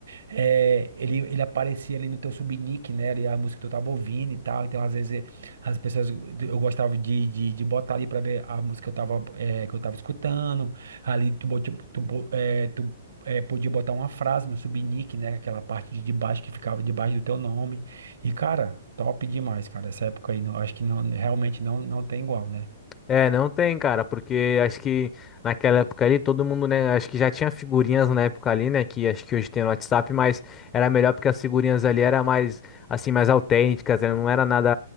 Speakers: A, on the right; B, on the left.
A: É, ele, ele aparecia ali no teu subnick, né? Ali a música que tu tava ouvindo e tal. Então, às vezes, as pessoas. Eu gostava de, de, de botar ali pra ver a música que eu tava, é, que eu tava escutando. Ali tu, bot- tu, bo- é, tu é, podia botar uma frase no subnick, né? Aquela parte de debaixo que ficava debaixo do teu nome. E, cara, top demais, cara. Essa época aí, não, acho que não, realmente não, não tem igual, né?
B: É, não tem, cara, porque acho que naquela época ali todo mundo, né, acho que já tinha figurinhas na época ali, né, que acho que hoje tem no WhatsApp, mas era melhor porque as figurinhas ali era mais, assim, mais autênticas, né, não era nada,